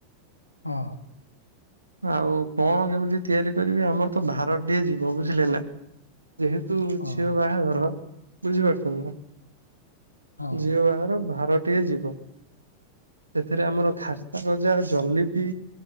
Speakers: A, on the left; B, on the right.
A: ହଁ।
B: ଆଉ କଣ କେମିତି ତିଆରି କରିବି ଆମର ତ ଭାର ଟିଏ ଯିବ ବୁଝିଲେ ନା? ଯେହେତୁ
A: ହଁ
B: ଝିଅ ବାହାଘର ବୁଝିପାରୁଛନ୍ତି ନା?
A: ହଁ
B: ଝିଅ ବାହାଘର ଭାରଟିଏ ଯିବ। ସେଥିରେ ଆମର ଖାସ୍ତା ଗଜା ଜଲିପି